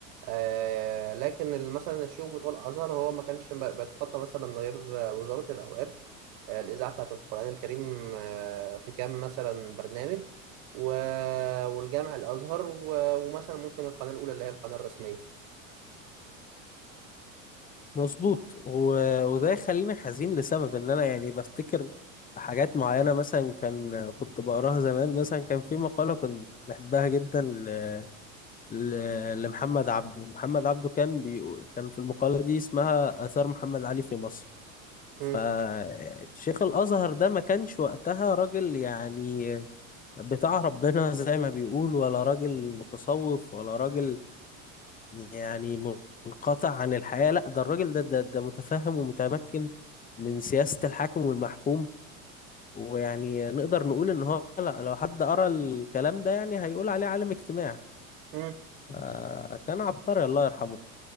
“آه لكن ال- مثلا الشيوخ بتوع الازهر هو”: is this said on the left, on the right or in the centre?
Right